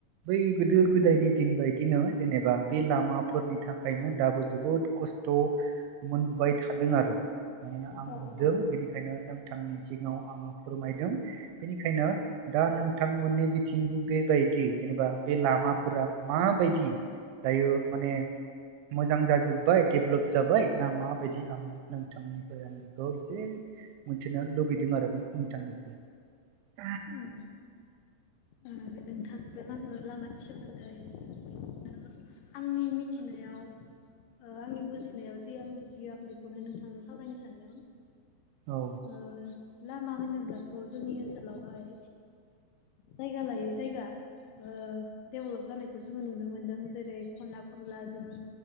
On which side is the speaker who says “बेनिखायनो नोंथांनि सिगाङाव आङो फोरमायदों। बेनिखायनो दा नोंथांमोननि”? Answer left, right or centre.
Right